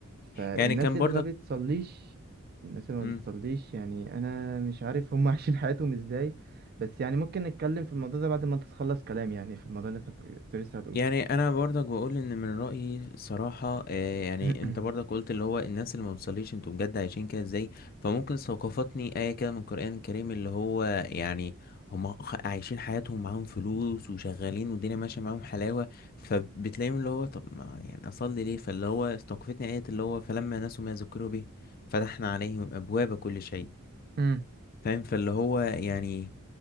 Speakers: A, on the right; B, on the left.
A: فالناس
B: يعني كان
A: اللي
B: برضك
A: ما بتصليش الناس اللي
B: امم،
A: ما بتصليش يعني انا مش عارف هم <laughs> عايشين حياتهم ازاي بس يعني ممكن نتكلم في الموضوع ده بعد ما انت تخلص كلام يعني في الموضوع اللي انت هت- كنت لسه هتقوله
B: يعني انا برضك بقول ان من رايي صراحه آه، يعني
A: <clears throat>
B: انت برضك قلت اللي هو الناس اللي ما بتصليش انتوا بجد عايشين كده ازاي فممكن ثقافتني ايه كده من القران الكريم اللي هو يعني هم عايشين حياتهم معاهم فلوس وشغالين والدنيا ماشيه معاهم حلاوه فبتلاقيهم اللي هو طب ما يعني اصلي ليه فاللي هو استوقفتني ايه اللي هو فلما نسوا ما ذكروا به فتحنا عليهم ابواب كل شيء
A: امم
B: فاهم فاللي هو يعني